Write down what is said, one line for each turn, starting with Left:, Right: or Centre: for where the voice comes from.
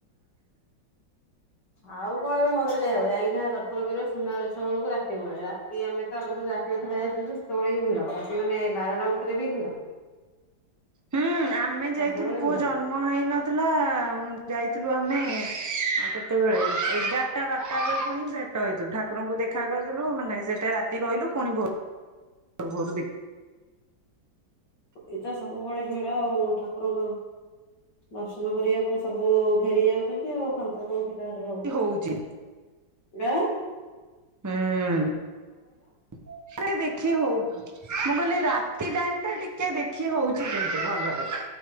Left: ଆଉ କଣ ଏବେ ମନ୍ଦିର ଯାଇ ହବ ଯାଇକି ଯାହା ଦର୍ଶନ କରିବ ସୁନାବେଶ ବେଳକୁ ରାତି ବେଳେ ରାତି ଆମେ ଆଗରୁ ରାତିରେଥର ଯାଇଥିଲ ସେୁବେଳେ ବି ଭିଡ ଅ ମାନେ ବାରଟା ଗୋଟେରେ ବି ଭିଡ
Right: ହୁଁ ଆମେ
Left: ସବୁବେଳେ
Right: ଯାଇଥିଲୁ ପୁଅ
Left: ଭିଡ।
Right: ଜନ୍ମ ହେଇନଥିଲା ଯାଇ ଥିଲ ଆମେ କେତେବେଳେ ଏଗାରଟା ବାରଟା ବେଳକୁ ହିଁ ଭେଟ ହେଇଥିଲୁ ଠାକୁରଙ୍କୁ ଦେଖା କରିଥିଲୁ ମାନେ ସେଟା ରାତି ରହିଲୁ ପୁଣି ଭୋରୁ
Left: ଏଇଟ ସବୁବେଳେ ଭିଡ ଆଉ ଠାକୁରଙ୍କ ଦର୍ଶନ କରିବାକୁ ସବୁ ଘେରି ଯାଉଛନ୍ତି ଆଉ ଫାଙ୍କା କେଉଁଠି କର ର
Right: ଦେଖି ହଉଛି
Left: ଆ
Right: ହୁଁ ସେ ଦେଖି ହଉ ମୁଁକହିଲି ସେଇ ଟାଇମଟିକେ ଦେଖି ହଉଛି ଭଲରେ